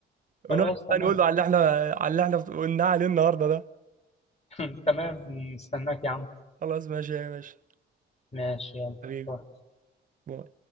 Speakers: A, on the left (about 30°); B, on the right (about 40°).
A: خلاص
B: ونقعد
A: تمام
B: بقى نقول له على اللي احنا على اللي احنا قلناه عليه النهارده ده
A: <laughs> تمام مستناك يا عم
B: خلاص ماشي يا باشا
A: ماشي يلا
B: حبيبي
A: روح.
B: باي.